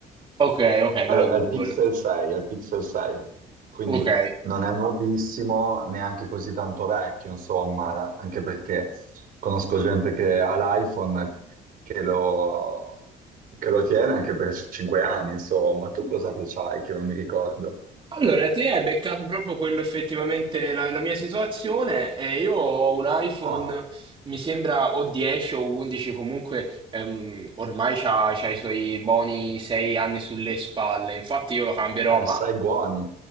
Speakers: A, on the right; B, on the right.
A: ok, ok,
B: al,
A: della Google.
B: al Pixel 6, al Pixel 6. Quindi
A: Ok.
B: non è nuovissimo, neanche così tanto vecchio, insomma, anche perché conosco gente che ha l'iPhone che lo, che lo tiene anche per 5 anni, insomma. Tu cos'è che c'hai che non mi ricordo?
A: Allora, te hai beccato proprio quello effettivamente la, la mia situazione. e io ho un iPhone,
B: Ah,
A: mi sembra o 10 o 11, comunque ehm, ormai c'ha, c'ha i suoi buoni 6 anni sulle spalle. Infatti io lo cambierò,
B: eh,
A: ma
B: sai buoni,